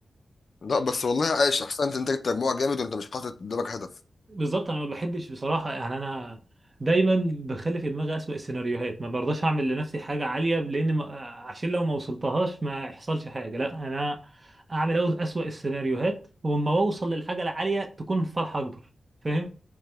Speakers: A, on the left (about 55°); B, on the right (about 35°).
A: لا بس والله عايش احسنت انت جبت مجموع جامد وانت مش حاطط قدامك هدف
B: بالظبط انا ما بحبش بصراحه يعني انا دايما بخلي في دماغي اسوأ السيناريوهات ما برضاش اعمل لنفسي حاجه عاليه لان ما... عشان لو ما وصلتهاش ما يحصلش حاجه لا انا اعمل أو- اسوأ السيناريوهات واما اوصل للحاجه العاليه تكون فرحه اكبر فاهم